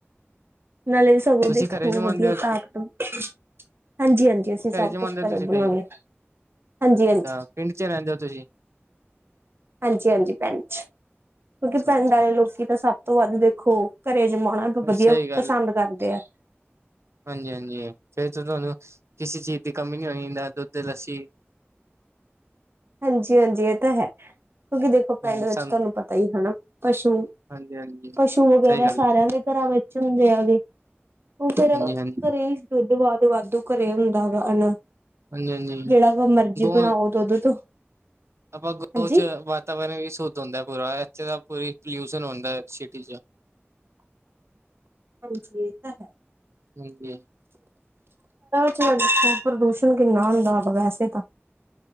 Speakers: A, on the right (about 60°); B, on the right (about 85°).
A: ਨਾਲੇ ਸਵਾਦਦਿਸਟ
B: ਤੁਸੀਂ ਘਰੇ
A: ਹੋਣ
B: ਜਮਾਉਂਦੇ
A: ਵਧੀਆ
B: ਹੋ
A: ਤਾਕਤ, ਹਾਂਜੀ- ਹਾਂਜੀ। ਤੇ ਅਸੀਂ ਸਭ
B: ਜਮਾਉਂਦੇ
A: ਕੁਛ
B: ਹੋ
A: ਘਰੇ
B: ਤੁਸੀਂ
A: ਬਣਾਉਦੇ
B: ਦਹੀਂ
A: ਹਾਂਜੀ-
B: ਅੱਛਾ
A: ਹਾਂਜੀ।
B: ਪਿੰਡ ਚ ਰਹਿੰਦੇ ਹੋ ਤੁਸੀਂ?
A: ਹਾਂਜੀ- ਹਾਂਜੀ ਪਿੰਡ ਚ, ਕਿਉਂਕਿ
B: ਅੱਛਾ
A: ਪਿੰਡ
B: ਅੱਛਾ
A: ਵਾਲੇ ਲੋਕੀ ਤਾਂ ਸਭ ਤੋਂ ਵੱਧ ਦੇਖੋ ਘਰੇ ਜਮਾ- ਆਪਣਾ ਵਧੀਆ
B: ਸਹੀ
A: ਪਸੰਦ ਕਰਦੇ ਆ।
B: ਹਾਂਜੀ- ਹਾਂਜੀ ਫੇਰ ਤਾਂ ਤੁਹਾਨੂੰ- ਕਿਸੇ ਚੀਜ਼ ਦੀ ਕਮੀ ਨਹੀਂ ਹੋਣੀ ਨਾ ਦੁੱਧ, ਲੱਸੀ।
A: <unintelligible> ਹਾਂਜੀ- ਹਾਂਜੀ ਇਹ ਤਾਂ ਹੈ। ਕਿਉਂਕਿ ਦੇਖੋ ਪਿੰਡ
B: ਹੂੰ
A: ਵਿੱਚ
B: ਸਾਨੂੰ
A: ਤੁਹਾਨੂੰ ਪਤਾ ਹੀ ਹਨਾ ਪਸੂ,
B: ਹਾਂਜੀ-ਹਾਂਜੀ
A: ਪਸ਼ੂ ੂ ਵਗੈਰਾ
B: ਸਹੀ ਗੱਲ
A: ਸਾਰਿਆਂ
B: ਏ,
A: ਦੇ ਘਰਾਂ ਵਿੱਚ ਹੁੰਦੇ ਆਗੇ ਉਹ ਤਾਂ ਹੈਗਾ
B: ਹਾਂਜੀ-ਹਾਂਜੀ,
A: ਫੇਰ ਘਰੇ ਦੁਧ- ਦਾਦ ਵਾਧੂ ਘਰੇ ਹੁੰਦਾ ਵਾ, ਹਨਾ।
B: ਹਾਂਜੀ-ਹਾਂਜੀ
A: ਜਿਹੜਾ ਕੋ ਮਰਜ਼ੀ
B: ਗੋ
A: ਬਣਾਓ ਦੂਧ ਤੋਂ,
B: ਆਪਾਂ ਗੋਵ
A: ਹਾਂਜੀ
B: ਚ ਵਾਤਾਵਰਨ ਵੀ ਸ਼ੁੱਧ ਹੁੰਦਾ ਪੂਰਾ, ਇੱਥੇ ਦਾ ਪੂਰੀ ਪੋਲਿਊਸ਼ਨ ਹੁੰਦਾ ਸਿਟੀ ਚ,
A: ਹਾਂਜੀ ਏ ਤਾਂ ਹੈ।
B: ਉਹ ਇ ਤੇ ਹੈ।
A: ਚ ਪ੍ਰਦੂਸ਼ਣ ਕਿੰਨਾ ਹੁੰਦਾ ਵਾ ਵੈਸੇ ਤਾਂ।